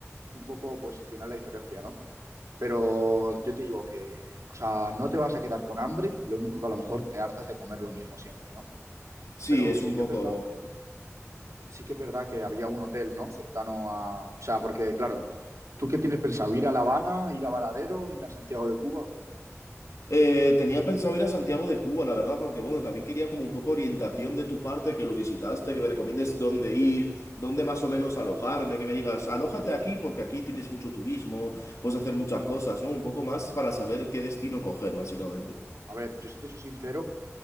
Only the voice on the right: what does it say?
un poco, pues al final la diferencia, ¿no? Pero yo te digo que, o sea, no te vas a quedar con hambre, lo único que a lo mejor te hartas de comer lo mismo siempre, ¿no?
Pero
sí
que
es verdad,
sí que es verdad que había un hotel, ¿no? Cercano a, o sea, porque claro, ¿tú qué tienes pensado? ¿Ir a La Habana, ir a Varadero, ir a Santiago de Cuba o cómo?
A ver, yo si te soy sincero,